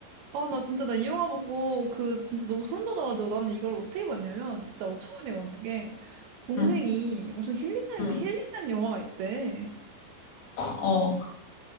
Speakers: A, on the right; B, on the left.
A: 아, 나 진짜, 나 이 영화 보고, 그, 진짜 너무 소름 돋아가지고, 나는 이걸 어떻게 봤냐면, 진짜 어처구니가 없는 게, 동생이
B: 응,
A: 엄청 힐링되는,
B: 응,
A: 힐링되는 영화가 있대.
B: 어,